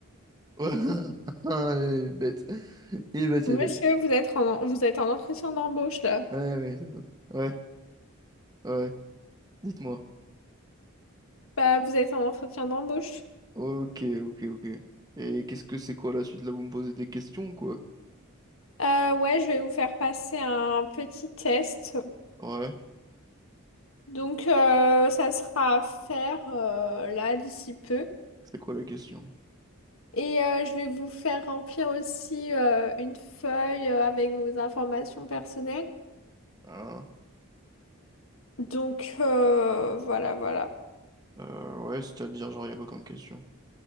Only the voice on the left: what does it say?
Monsieur,
vous êtes en, vous êtes en entretien d'embauche, là.
Bah, vous êtes en entretien d'embauche.
Euh, ouais, je vais vous faire passer un petit test.
Donc, euh, ça sera à faire euh, là d'ici peu.
Et euh, je vais vous faire remplir aussi euh, une feuille euh, avec vos informations personnelles.
Donc euh, voilà, voilà.